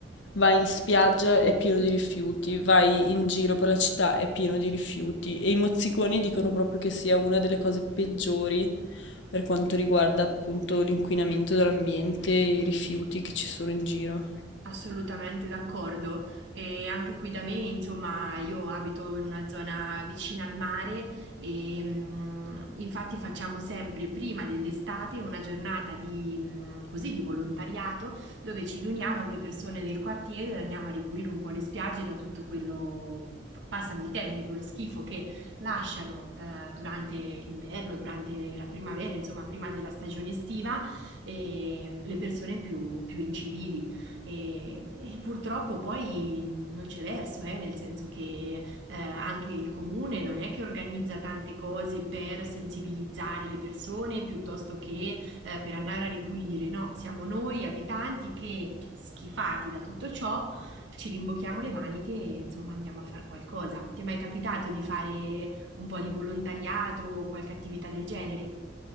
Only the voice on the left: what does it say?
Vai in spiaggia è pieno di rifiuti, vai in giro per la città è pieno di rifiuti e i mozziconi dicono proprio che sia una delle cose peggiori per quanto riguarda appunto l'inquinamento dell'ambiente e i rifiuti che ci sono in giro.